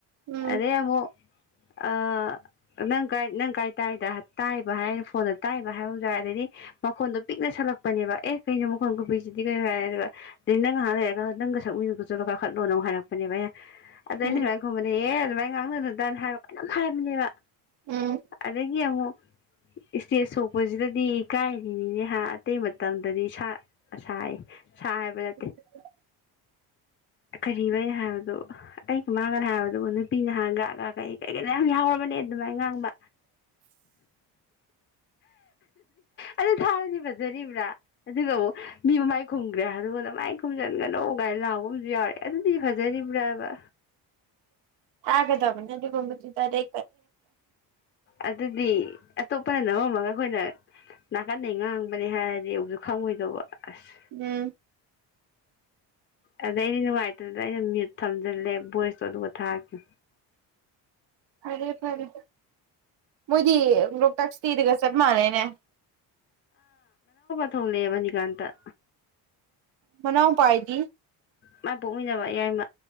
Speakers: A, on the right; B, on the left.
A: ꯎꯝ
B: ꯑꯦꯃꯣ ꯑ ꯅꯪ ꯒꯥꯏꯗ ꯅꯪ ꯒꯥꯏ ꯇꯥꯏꯗ ꯇꯥꯏꯕ ꯍꯥꯏꯅ ꯐꯣꯟꯗ ꯇꯥꯏꯕ ꯍꯥꯏꯕ ꯌꯥꯦ ꯑꯗꯗꯤ ꯃꯈꯣꯟꯗꯣ ꯄꯤꯛꯅ ꯁꯜꯂꯛꯄꯅꯦꯕ ꯑꯦ ꯀꯩꯅꯣ ꯃꯈꯣꯟ ꯀꯄꯤꯛꯁꯤꯗꯤ ꯀꯩ ꯍꯥꯏꯔꯦ ꯑꯗꯨꯒ ꯉꯥꯏꯍꯥꯡ ꯂꯩꯔꯒ ꯅꯪꯒ ꯁꯛ ꯃꯤꯒ ꯆꯠꯂꯣ ꯀꯥꯈꯠꯂꯣꯅ ꯍꯥꯏꯔꯛꯄꯅꯦꯕ ꯑ ꯑꯗ ꯑꯩꯅ
A: ꯎꯝ
B: ꯁꯨꯃꯥꯏꯅ ꯈꯨꯝꯕꯗ ꯑꯦ ꯑꯗꯨꯃꯥꯏꯅ ꯉꯥꯡꯅꯗꯨꯗꯅ ꯍꯥꯏꯔꯣ ꯀ ꯑꯗꯨꯝ ꯍꯥꯏꯕꯅꯦꯕ
A: ꯎꯝ
B: ꯑꯗꯒꯤ ꯑꯃꯨꯛ ꯏꯁꯇꯦꯖ ꯁꯣꯛꯄꯁꯤꯗꯗꯤ ꯏꯀꯥꯏꯔꯤꯅꯤꯅꯦ ꯑꯇꯩ ꯃꯇꯝꯗꯗꯤ ꯁꯥ ꯁꯥꯏ ꯁꯥ ꯍꯥꯏꯕꯗ
A: <unintelligible>
B: ꯀꯔꯤ ꯋꯥꯩ ꯍꯥꯏꯕꯗꯣ ꯑꯩ ꯃꯃꯥꯒꯅ ꯍꯥꯏꯕꯗꯨꯕꯨ ꯅꯨꯄꯤꯅ ꯍꯥꯟꯒꯒ ꯀꯩ ꯀꯩꯀꯩ ꯌꯥꯝ ꯌꯥꯎꯔꯕꯅꯦ ꯑꯗꯨꯃꯥꯏꯅ ꯉꯥꯡꯕ ꯑꯗꯨ ꯊꯥꯔꯗꯤ ꯐꯖꯔꯤꯕ꯭ꯔꯥ ꯑꯗꯨꯒ ꯑꯃꯨꯛ ꯃꯤ ꯃꯃꯥꯏ ꯈꯨꯝꯈ꯭ꯔꯦ ꯑꯗꯨ ꯀꯃꯥꯏ ꯈꯨꯝꯖꯤꯟꯒꯅꯧ ꯀꯥꯏꯅ ꯂꯥꯛꯕ ꯑꯃꯁꯨ ꯌꯥꯎꯔꯛꯑꯦ ꯑꯗꯨꯗꯤ ꯐꯖꯔꯤꯕ꯭ꯔꯥꯕ
A: ꯍꯥꯏꯗꯕ ꯅꯅꯤꯒꯗꯤꯇꯥꯔꯇꯥꯔꯦ
B: ꯑꯗꯨꯗꯤ ꯑꯇꯣꯞꯄꯅ ꯅꯝꯃꯝꯃꯒ ꯑꯩꯈꯣꯏꯅ ꯅꯥꯀꯟꯗꯩ ꯉꯥꯡꯕꯅꯦ ꯍꯥꯏꯔꯗꯤ ꯑꯃꯨꯛꯁꯨ ꯈꯪꯉꯣꯏꯗꯧꯕ ꯑꯁ
A: ꯎꯝ
B: ꯑꯗ ꯑꯩꯗꯤ ꯅꯨꯡꯉꯥꯏꯇꯗ ꯑꯩꯅ ꯃꯤꯨꯠ ꯊꯝꯖꯤꯜꯂꯦ ꯚꯣꯏꯁꯇꯣ ꯑꯗꯨꯒ ꯊꯥꯒꯦ
A: ꯐꯔꯦ ꯐꯔꯦ ꯃꯗꯤ ꯂ ꯇ ꯊꯤꯔꯒꯁꯠ ꯃꯥꯅꯦꯅꯦ
B: ꯊꯧ ꯂꯩꯦꯕꯅꯤꯀꯥꯟꯇ
A: ꯃꯅꯥꯎ ꯄꯥꯏꯗꯤ
B: ꯃꯥꯏ ꯄꯣꯛꯃꯤꯟꯅꯕ ꯏꯌꯥꯏꯃ